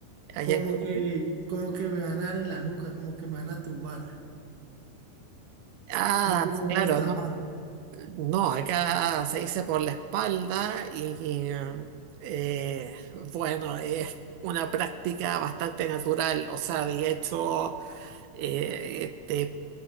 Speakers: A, on the right; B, on the right.
A: allá
B: Como
A: en Colombia?
B: que, como que me van a dar en la nuca, como que me van a tumbar,
A: Ah,
B: como que me van
A: claro,
B: a estafar.
A: no, no, acá se dice por la espalda y, eh, bueno, es una práctica bastante natural, o sea, de hecho, eh, te